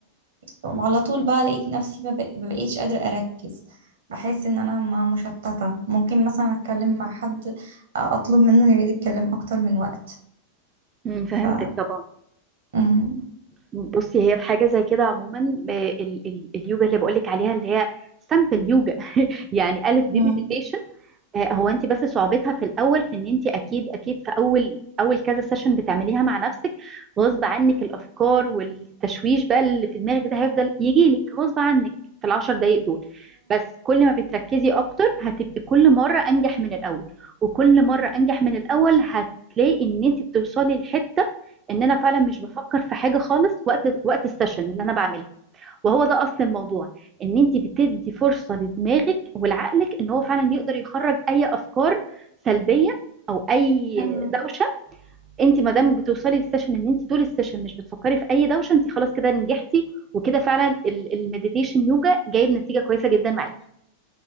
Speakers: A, on the right; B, on the right.
A: على طول بقى لقيت نفسي ما بق- ما بقيتش قادرة أركز بحس إن أنا ما مشتتة ممكن مثلا أتكلم مع حد أطلب منه يعيد الكلام أكتر من وقت
B: امم فهمتك
A: ف
B: طبعا
A: مم.
B: بصي هي في حاجة زي كده عموما آه، ال ال اليوجا اللي بقولك عليها اللي هي سامبل يوجا <laughs> يعني ألف دي
A: مم.
B: meditation آه، هو انت بس صعوبتها في الاول في ان انت اكيد اكيد في اول اول كذا سيشن بتعمليها مع نفسك غصب عنك الافكار والتشويش بقى اللي في دماغك ده هيفضل يجي لك غصب عنك في العشر دقايق دول بس كل ما بتركزي اكتر هتبقي كل مره انجح من الاول وكل مره انجح من الاول هتلاقي ان انت بتوصلي لحته ان انا فعلا مش بفكر في حاجه خالص وقت وقت السيشن اللي انا بعملها وهو ده اصل الموضوع ان انت بتدي فرصه لدماغك ولعقلك ان هو فعلا يقدر يخرج اي افكار سلبيه او اي
A: مم.
B: دوشه انت ما دام بتوصلي للسيشن ان انت طول السيشن مش بتفكري في اي دوشه انت خلاص كده نجحتي وكده فعلا ال- المديتيشن يوجا جايب نتيجه كويسه جدا معاكي